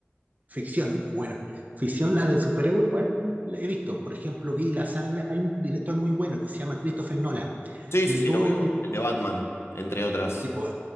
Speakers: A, on the right; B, on the left.
A: Ficción, bueno, ficción, la de superhéroe igual la he visto. Por ejemplo, vi la saga, hay un director muy bueno que se llama Christopher Nolan.
B: Sí,
A: Y
B: sí, sí,
A: todo
B: lo ubico. El de Batman, entre otras.
A: Sí, pues,